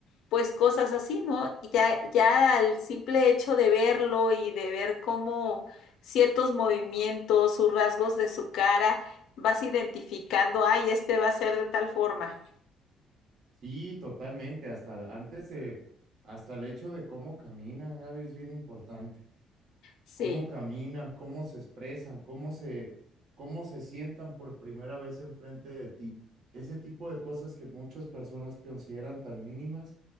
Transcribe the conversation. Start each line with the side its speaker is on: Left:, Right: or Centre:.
Left: pues cosas así, ¿no? Y Ya, ya el simple hecho de verlo y de ver cómo ciertos movimientos, sus rasgos de su cara, vas identificando, ay, este va a ser de tal forma.
Right: Sí, totalmente. Hasta antes de, hasta el hecho de cómo caminan, Gaby, es bien importante.
Left: Sí,
Right: Cómo caminan, cómo se expresan, cómo se, cómo se sientan por primera vez enfrente de ti. Ese tipo de cosas que muchas personas consideran tan mínimas,